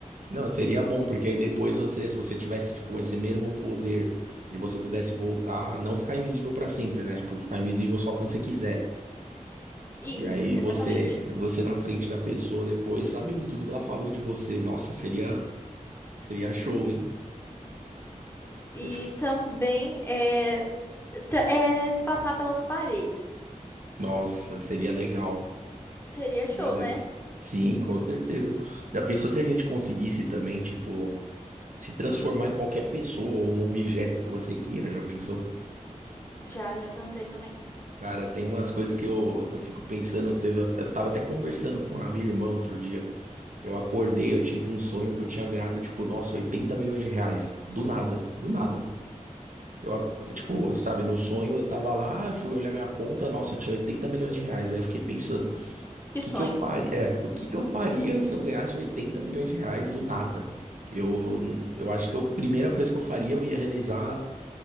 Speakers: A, on the right (about 75°); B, on the left (about 20°).
A: Não, seria bom, porque aí depois você, se você tivesse, tipo, esse mesmo poder e você pudesse voltar, não ficar invisível pra sempre, né? Tipo, ficar invisível só quando você quiser.
B: Isso,
A: E aí
B: exatamente.
A: você, você na frente da pessoa depois, sabendo tudo que ela falou de você. Nossa, seria, seria show, hein?
B: E
A: Eu fiquei-
B: também é, tra- é passar pelas paredes.
A: Nossa, seria legal.
B: Seria show,
A: Meu Deus.
B: né?
A: Sim, com certeza. Já pensou se a gente conseguisse também, tipo, se transformar em qualquer pessoa ou um objeto que você queira? Já pensou?
B: Já, já pensei também.
A: Cara, tem umas coisas que eu, eu fico pensando, teve, eu tava até conversando com a minha irmã outro dia. Eu acordei, eu tive um sonho que eu tinha ganhado, tipo, nossa, 80 milhões de reais. Do nada, do nada. Eu, acu- tipo, sabe, no sonho eu tava lá, fui olhar minha conta, nossa, tinha 80 milhões de reais. Aí eu fiquei pensando, o
B: Que
A: que
B: sonho.
A: que eu faria? É, o que que eu faria se eu ganhasse 80 milhões de reais do nada? Eu, eu acho que a primeira coisa que eu faria, eu ia realizar.